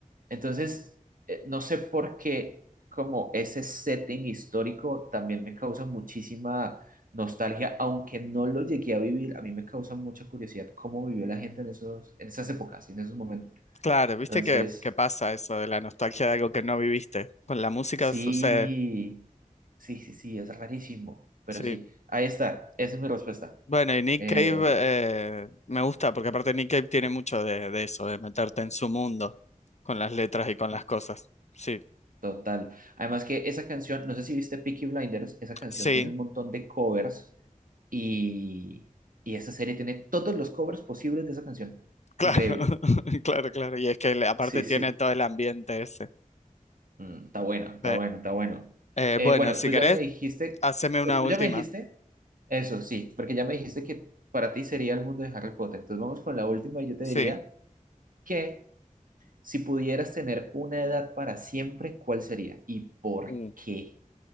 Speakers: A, on the right (about 80°); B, on the left (about 55°).
A: entonces, eh, no sé por qué como ese setting histórico también me causa muchísima nostalgia, aunque no lo llegué a vivir, a mí me causa mucha curiosidad cómo vivió la gente en esos, en esas épocas y en esos momentos.
B: Claro, viste
A: Entonces,
B: que, que pasa eso de la nostalgia de algo que no viviste. Con la música
A: sí,
B: sucede.
A: sí, sí, sí, es rarísimo, pero
B: Sí.
A: sí, ahí está, esa es mi respuesta.
B: Bueno, y Nick
A: Eh,
B: Cave eh, me gusta porque aparte Nick Cave tiene mucho de, de eso, de meterte en su mundo con las letras y con las cosas. Sí,
A: Total. Además que esa canción, no sé si viste Peaky Blinders, esa canción
B: sí,
A: tiene un montón de covers y, y esa serie tiene todos los covers posibles de esa canción.
B: claro,
A: Increíble.
B: <laughs> claro, claro. Y es que le- aparte
A: Sí,
B: tiene
A: sí.
B: todo el ambiente ese.
A: Mm, está bueno, está
B: Sí.
A: bueno, está bueno.
B: Eh,
A: Eh,
B: bueno,
A: bueno,
B: si
A: tú
B: querés,
A: ya me dijiste,
B: haceme
A: tú,
B: una
A: tú
B: última.
A: ya me dijiste, eso sí, porque ya me dijiste que para ti sería el mundo de Harry Potter. Entonces vamos con la última y yo te
B: Sí.
A: diría que si pudieras tener una edad para siempre, ¿cuál sería? ¿Y por
B: Mm.
A: qué?